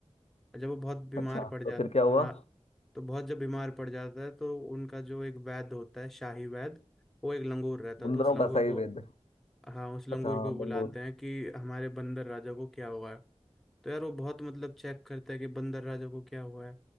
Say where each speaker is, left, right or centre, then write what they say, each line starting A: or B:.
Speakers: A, in the centre; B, on the left (about 70°).
A: और जब वो बहुत बीमार
B: अच्छा
A: पड़ जाता
B: तो फिर क्या हुआ
A: हाँ तो बहुत जब बीमार पड़ जाता है तो उनका जो एक वैद्य होता है शाही वैद्य वो एक लंगूर रहता
B: बंदरों
A: है तो उस लंगूर
B: का सही
A: को
B: वेद
A: हाँ उस लंगूर
B: अच्छा हाँ
A: को बुलाते
B: बंगूर
A: हैं कि हमारे बंदर राजा को क्या हुआ है तो यार वो बहुत मतलब चेक करता है कि बंदर राजा को क्या हुआ है